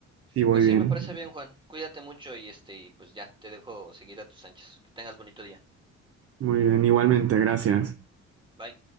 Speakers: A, on the right; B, on the right.
A: si voy
B: pues sí,
A: bien.
B: me parece bien, Juan. Cuídate mucho y este, y pues ya, te dejo seguir a tus anchas. Que tengas bonito día.
A: Muy bien, igualmente, gracias.
B: Bye.